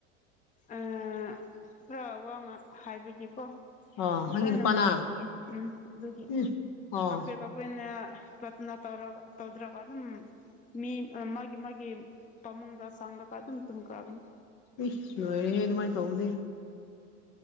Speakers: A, on the left; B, on the left.
A: ꯑ ꯄꯨꯔꯥ ꯋꯥꯉ ꯍꯥꯏꯕꯒꯤꯀꯣ
B: ꯑꯣ ꯅꯪꯒꯤ
A: ꯂꯣꯏꯅꯃ
B: ꯅꯨꯄꯥꯅ
A: ꯁꯥꯎꯕꯅꯤ ꯎꯝ ꯑꯗꯨꯒꯤ
B: ꯎꯝ ꯑꯣ
A: ꯀꯥꯄ ꯑꯩꯈꯣꯏꯅ ꯄꯠꯅ ꯇꯧꯔꯒ ꯇꯧꯗ꯭ꯔꯒ ꯑꯗꯨꯝ ꯃꯤ ꯃꯥꯒꯤ ꯃꯥꯒꯤ ꯄꯥꯃꯨꯡꯗ ꯆꯥꯡꯂꯒ ꯑꯗꯨꯝ ꯇꯨꯝꯈꯔꯥꯅꯤ
B: ꯎꯁ ꯂꯣꯏꯔꯦꯍꯦ ꯑꯗꯨꯃꯥꯏꯅ ꯇꯧꯕꯗꯤ